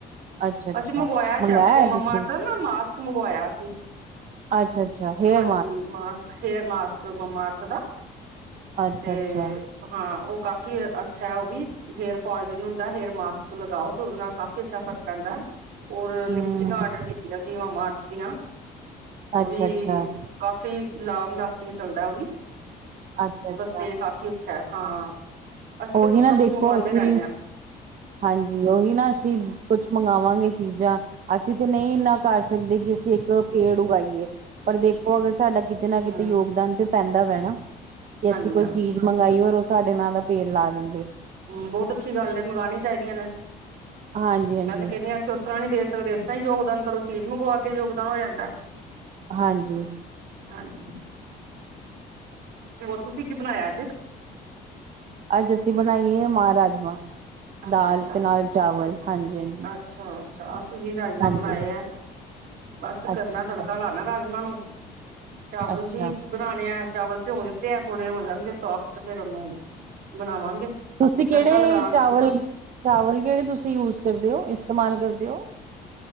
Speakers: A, on the right (about 50°); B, on the right (about 70°).
A: ਅੱਛਾ ਅੱਛਾ
B: ਅਸੀਂ ਮੰਗਵਾਇਆ
A: ਮੰਗਾਇਆ
B: ਸ਼ੈਂਪੂ
A: ਹੈ
B: ਮੰਮਾਰਥ
A: ਤੁਸੀਂ
B: ਨਾ ਮਾਸਕ ਮੰਗਵਾਇਆ ਸੀ।
A: ਅੱਛਾ ਅੱਛਾ ਹੇਅਰ
B: ਹਾਂਜੀ ਮਾਸਕ ਹੇਅਰ ਮਾਸਕ ਮੰਮਾਅਰਥ ਦਾ
A: ਅੱਛਾ
B: ਤੇ
A: ਅੱਛਾ
B: ਹਾਂ ਉਹ ਕਾਫੀ ਫੀ ਅੱਛਾ ਹੈ ਉਹ ਵੀ, ਹੇਰ ਫਾਲ ਜਿਹਨੂੰ ਹੁੰਦਾ ਹੇਰ ਮਾਸਕ ਲਗਾਓ ਤੇ ਉਹਦੇ ਨਾਲ ਕਾਫੀ ਅੱਛਾ ਫ਼ਰਕ ਪੈਂਦਾ ਐ ਔਰ ਲਿਪਸਟਿਕਾਂ
A: ਹਮ
B: ਆਡਰ ਕੀਤੀਆਂ ਸੀ ਮੰਮਾਅਰਥ ਦੀਆਂ ਉਹ
A: ਅੱਛਾ
B: ਵੀ
A: ਅੱਛਾ
B: ਕਾਫ਼ੀ ਲੋਂਗ ਲਾਸਟਿੰਗ ਚੱਲਦਾ ਉਹ ਵੀ,
A: ਅੱਛਾ-ਅੱਛਾ
B: ਉਹਦਾ ਸਟੇ ਕਾਫੀ ਅੱਛਾ ਐ ਹਾਂ। ਅਸੀਂ
A: ਉਹੀ
B: ਤਾਂ ਕੁਛ
A: ਨਾ
B: ਕੁਛ
A: ਦੇਖੋ
B: ਮੰਗਵਾਉਂਦੇ
A: ਅਸੀਂ
B: ਰਹਿੰਦੇ ਹਾਂ
A: ਹਾਂਜੀ ਉਹੀ ਨਾ ਅਸੀਂ ਕੁਛ ਮੰਗਵਾਂਗੇ ਚੀਜ਼ਾਂ ਅਸੀਂ ਤੇ ਨਹੀਂ ਇੰਨਾ ਕਰ ਸਕਦੇ ਕਿ ਅਸੀਂ ਇੱਕ ਪੇੜ ਉਗਾਈਏ ਪਰ ਦੇਖੋ ਅਗਰ ਸਾਡਾ ਕਿਤੇ ਨਾ ਕਿਤੇ
B: ਹਮ
A: ਯੋਗਦਾਨ ਤੇ ਪੈਂਦਾ ਵਾ ਨਾ ਕਿ
B: ਹਾਂਜੀ
A: ਅਸੀਂ ਕੋਈ
B: ਹਾਂਜੀ
A: ਚੀਜ਼ ਮੰਗਾਈ ਔਰ ਉਹ ਸਾਡੇ ਨਾਂ ਦਾ ਪ ਪੇੜ ਲਾ ਦਿੰ
B: ਹੂੰ ਬਹੁਤ ਅੱਛੀ ਗੱਲ ਏ ਮੰਗਾਣੀ ਚਾਹੀਦੀਆਂ ਨੇ।
A: ਹਾਂਜੀ-ਹਾਂਜੀ।
B: ਮੈਂ ਤਾਂ ਕਹਿੰਦੀ ਹਾਂ ਅਸੀਂ ਉਸ ਤਰ੍ਹਾਂ ਨੀ ਦੇ ਸਕਦੇ ਇਸ ਤਰ੍ਹਾਂ ਯੋਗਦਾਨ ਕਰੋ ਚੀਜ਼ ਮੰਗਵਾ ਕੇ ਯੋਗਦਾਨ ਹੋ ਜਾਂਦਾ।
A: ਹਾਂਜੀ।
B: ਹਾਂਜੀ। ਹੋਰ ਤੁਸੀਂ ਕੀ ਬਣਾਇਆ ਅੱਜ?
A: ਅੱਜ ਅਸੀਂ ਬਣਾਈ ਏ ਮਾ ਰਾਜਮਾਂ
B: ਅੱਛਾ
A: ਦਾਲ
B: ਅੱਛਾ
A: ਤੇ ਨਾਲ ਚਾਵਲ। ਹਾਂਜੀ-ਹਾਂਜੀ।
B: ਅੱਛਾ ਅੱਛਾ ਅਸੀਂ ਵੀ ਰਾਜਮਾਂ
A: ਹਾਂਜੀ
B: ਬਣਾਏ
A: ਅੱਛਾ-ਅੱਛਾ,
B: ਆ, ਬਸ
A: ਅੱਛਾ
B: ਕਰਨਾ ਤੜਕਾ ਲਾਣਾ ਰਾਜਮਾਂ ਨੂੰ- ਚਾਵਲ
A: ਅੱਛਾ ਅੱਛਾ,
B: ਵੀ ਬਣਾਣੇ ਆ- ਚਾਵਲ ਭਿਉਂ ਦਿੱਤੇ ਆ ਥੋੜੇ ਹੋ ਜਾਣਗੇ ਸੋਫਟ ਤੇ ਫੇਰ ਉਹਨੂੰ ਬਣਾਵਾਂਗੇ।
A: ਤੁਸੀਂ ਕਿਹੜੇ
B: ਤੜਕਾ ਲਗਾਵਾਂਗੀ
A: ਚਾਵਲ ਚਾਵਲ ਕਿਹੜੇ ਤੁਸੀਂ ਯੂਜ- ਕਰਦੇਓ ਇਸਤੇਮਾਲ ਕਰਦੇਓ?